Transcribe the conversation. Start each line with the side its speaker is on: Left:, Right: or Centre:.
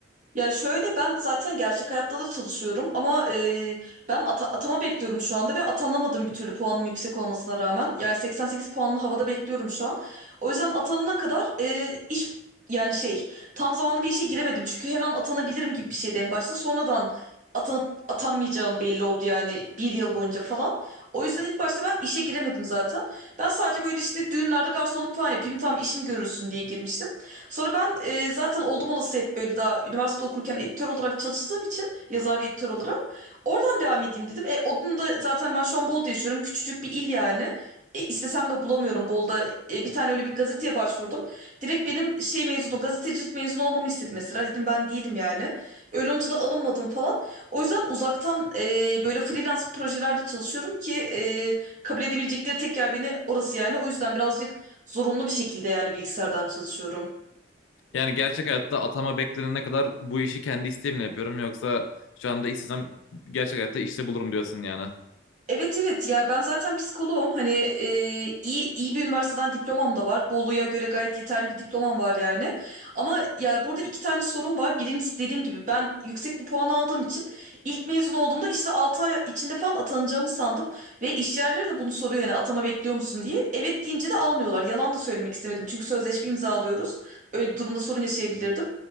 Right: Ya şöyle ben zaten gerçek hayatta da çalışıyorum ama e, ben ata- atama bekliyorum şu anda ve atanamadım bir türlü puanım yüksek olmasına rağmen. Yani 88 puanlı havada bekliyorum şu an. O yüzden atanana kadar e, iş yani şey tam zamanlı bir işe giremedim. Çünkü her an atanabilirim gibi bir şeydi en başta. Sonradan atanıp atanmayacağım belli oldu yani bir yıl boyunca falan. O yüzden ilk başta ben işe giremedim zaten. Ben sadece böyle işte düğünlerde garsonluk falan yapayım tam işim görürsün diye girmiştim. Sonra ben e, zaten oldum olası hep böyle daha üniversite okurken editör olarak çalıştığım için yazar ve editör olarak oradan devam edeyim dedim. E, onun da zaten ben şu an Bolu'da yaşıyorum. Küçücük bir il yani. E, istesem de bulamıyorum Bolu'da. E, bir tane öyle bir gazeteye başvurdum. Direkt benim şey mezunu, gazetecilik mezunu olmamı istedi mesela. Dedim ben değilim yani. Öyle olunca da alınmadım falan. O yüzden uzaktan e, böyle freelance projelerde çalışıyorum ki e, kabul edebilecekleri tek yer beni orası yani. O yüzden birazcık zorunlu bir şekilde yani bilgisayardan çalışıyorum.
Left: Yani gerçek hayatta atama beklenene kadar bu işi kendi isteğimle yapıyorum yoksa şu anda istesem gerçek hayatta işte bulurum diyorsun yani.
Right: Evet evet ya ben zaten psikoloğum hani e, iyi iyi bir üniversiteden diplomam da var. Bolu'ya göre gayet yeterli bir diplomam var yani. Ama ya burada iki tane sorun var. Birincisi dediğim gibi ben yüksek bir puan aldığım için ilk mezun olduğumda işte 6 ay içinde falan atanacağımı sandım. Ve iş yerleri de bunu soruyor yani atama bekliyor musun diye. Evet deyince de almıyorlar. Yalan da söylemek istemedim çünkü sözleşme imzalıyoruz. Öyle bir durumda sorun yaşayabilirdim.